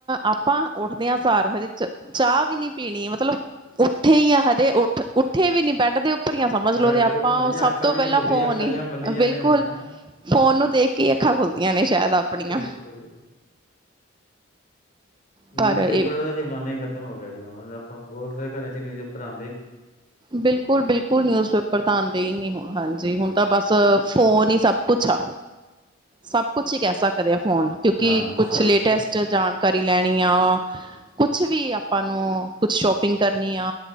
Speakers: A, on the right; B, on the left.
A: -ਆਪਾਂ ਉੱਠਦਿਆ <unintelligible> ਚਾਹ ਵੀ ਨੀ ਪੀਣੀ ਮਤਲਬ ਉੱਠੇ ਹੀ ਆ ਹਜੇ ਉੱਠੇ ਵੀ ਨੀ ਬੈਡ ਦੇ ਅੱਖਾਂ ਭਰੀਆਂ ਸਮਝ
B: ਬੈਡ
A: ਲੋੋ ਆਪਾਂ
B: ਦੇ ਉੱਪਰ ਹੀ
A: ਸਭ
B: ਅੱਖਾਂ
A: ਤੋਂ
B: ਵੀ
A: ਪਹਿਲਾਂ
B: ਨੀ ਖੁੱਲਦੀਆਂ
A: ਫੋਨ
B: ਅੱਖਾਂ
A: ਹੀ
B: ਜਿਹਾ ਮੱਲੀ ਜਾਂਦੇ
A: ਬਿਲਕੁਲ
B: ਹੁੰਦੇ ਆ
A: ਫੋਨ ਨੂੰ ਦੇਖ ਕੇ ਅੱਖਾਂ ਖੁੱਲਦੀਆਂ ਨੇ ਸ਼ਾਇਦ ਆਪਣੀਆਂ
B: ਬਿਲਕੁਲ ਜੀ
A: ਪਰ
B: ਨਿਊਜ਼ ਪੇਪਰ
A: ਇਹ
B: ਵਾਲਾ ਜ਼ਮਾਨਾ ਹੀ ਖਤਮ ਹੋ ਗਿਆ ਜੀ। <inaudible> ਬਹੁਤ ਸਾਰੇ ਘਰਾਂ ਚ ਨਿਊਜ਼ਪੇਪਰ ਆਉ
A: ਬਿਲਕੁਲ -ਬਿਲਕੁਲ ਨਿਊਜ਼ ਪੇਪਰ ਤਾਂ ਆਉਂਦੇ ਹੀ ਨਹੀਂ। ਹਾਂਜੀ ਹੁਣ ਤਾਂ ਬਸ ਫੋਨ ਹੀ ਸਭ ਕੁਛ ਆ, ਸਭ ਕੁਛ ਹੀ ਕਹਿ ਸਕਦੇ ਹਾਂ। ਫੋਨ ਕਿਉਂਕਿ
B: ਹਾਂਜੀ
A: ਕੁਛ
B: ਸਭ
A: ਲੇਟੈਸਟ
B: ਹੀ
A: ਜਾਣਕਾਰੀ ਲੈਣੀ ਆ ਕੁਛ ਵੀ ਆਪਾਂ ਨੂੰ ਕੁਛ ਸ਼ੋਪਿੰਗ ਕਰਨੀ ਆ